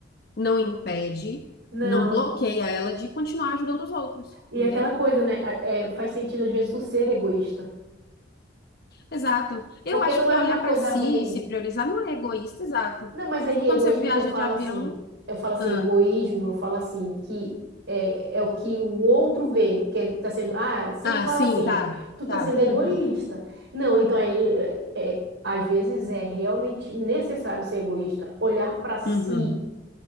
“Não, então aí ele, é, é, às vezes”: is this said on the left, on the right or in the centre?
Right